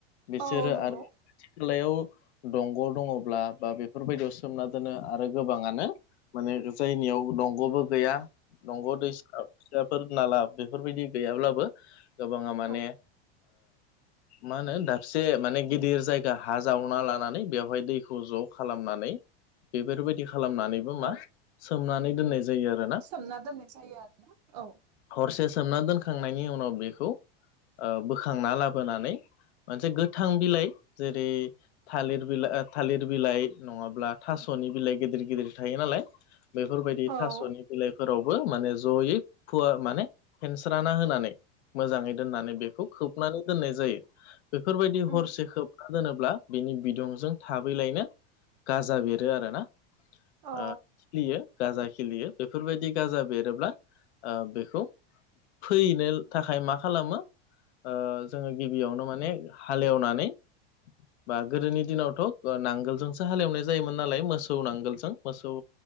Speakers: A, on the left; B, on the right.
A: बिसोरो
B: औ नंगौ
A: आरो खाथि खालायाव दंग' दङब्ला बा बेफोरबायदियाव सोमना दोनो आरो गोबाङानो माने जायनियाव दंग'बो गैया दंग' दैसा फोर नाला बेफोरबायदि गैयाब्लाबो गोबाङा माने
B: औ
A: मा होनो दाबसे माने गिदिर जायगा हा जावना लानानै बेवहाय दैखौ ज' खालामनानै बेफोरबायदि खालामनानैबो
B: औ
A: मा सोमनानै दोननाय जायो आरोना
B: सोमना दोननाय जायो आरो ना औ
A: हरसे सोमना दोनखांनायनि उनाव बेखौ बोखांना लाबोनानै मोनसे गोथां बिलाइ जेरै थालिर बिलाइ थालिर बिलाइ नङाब्ला थास'नि बिलाइ गिदिर गिदिर थायो नालाय बेफोरबायदि
B: औ
A: थास'नि बिलाइ फोरावबो माने ज'यै फुवा माने फेनस्राना होनानै मोजाङै नानै बेखौ खोबनानै दोननाय जायो बेफोरबायदि
B: उम
A: हरसे खोब मा दोनोब्ला बिनि बिदुंजों थाबैलायनो गाजा बेरो आरोना
B: औ
A: खिलियो गाजा खिलियो बेफोरबायदि गाजा बेरोब्ला बेखौ फैयैनो थाखाय मा खालामो जोङो गिबियावनो माने हालेवनानै बा गोदोनि दिनावथ' नांगोलजोंसो हालेवनाय जायोमोन नालाय मोसौ मोसौ नांगोलजों मोसौ